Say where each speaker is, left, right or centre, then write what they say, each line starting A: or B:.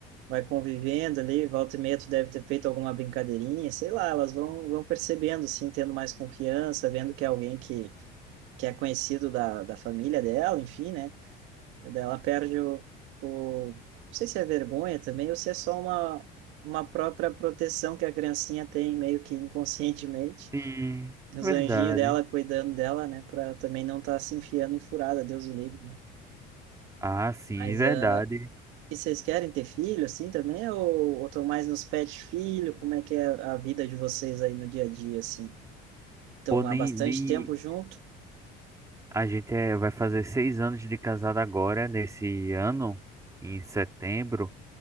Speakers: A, on the right (about 75°); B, on the right (about 15°).
A: vai convivendo ali, volta e meia tu deve ter feito alguma brincadeirinha, sei lá, elas vão, vão percebendo, assim, tendo mais confiança, vendo que é alguém que que é conhecido da, da família dela, enfim, né? Daí ela perde o, o. Não sei se é vergonha também, ou se é só uma, uma própria proteção que a criancinha tem, meio que inconscientemente.
B: sim,
A: Os
B: verdade.
A: anjinhos dela cuidando dela, né? Pra também não estar tá se enfiando em furada, Deus o livre, né?
B: Ah, sim,
A: Mas
B: verdade.
A: uh, e vocês querem ter filho assim também? Ou, ou estão mais nos pet filho? Como é que é a vida de vocês aí no dia a dia, assim? Estão
B: Pô, nem,
A: há bastante
B: nem,
A: tempo junto?
B: A gente é- vai fazer seis anos de casado agora, nesse ano, em setembro.